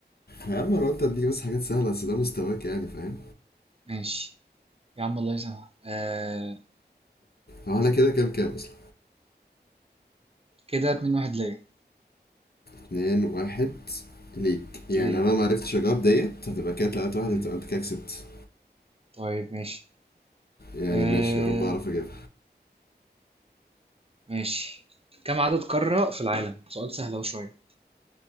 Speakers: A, on the left; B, on the right.
A: يا عم انا قلت اديك بس حاجات سهله اصل ده مستواك يعني فاهم
B: ماشي يا عم الله يسامحك آه
A: هو انا كده كام كام اصلا
B: كده اتنين واحد ليا
A: اتنين واحد ليك يعني
B: ليا
A: انا لو ما عرفتش اجاوب ديت هتبقى كده تلاتة واحد
B: امم
A: هتبقى انت كده كسبت
B: طيب ماشي
A: يعني
B: آه
A: ماشي يا رب اعرف اجيبها
B: ماشي كم عدد قارة في العالم سؤال سهل اهو شويه